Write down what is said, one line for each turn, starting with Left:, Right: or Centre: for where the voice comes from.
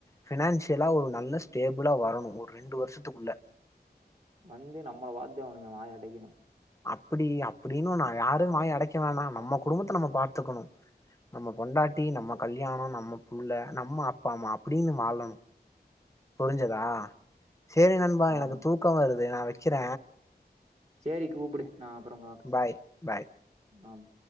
Left: ப்னான்சியலா ஒரு நல்ல ஸ்டேபிளா வரணு ஒரு ரெண்டு வருஷத்துக்குள்ள
Right: வந்து நம்மள பாத்து அவுனுங்க வாய அடைக்கணு
Left: அப்புடி அப்புடின்னு நா யாருமா வாய அடைக்க வேணா நம்ம குடும்பத்த நம்ம பாத்துக்கணும் நம்ம பொண்டாட்டி நம்ம கல்யாணோ நம்ம புள்ள நம்ம அப்பா அம்மா அப்டின்னு வாழணு புரிஞ்சுதா சேரி நண்பா
Right: ஆமா.
Left: எனக்கு தூக்கம் வருது நா வைக் க்கிற
Right: சேரி கூப்புடு நா அப்பறம் பாக்
Left: பாய் பாய்
Right: ஆம்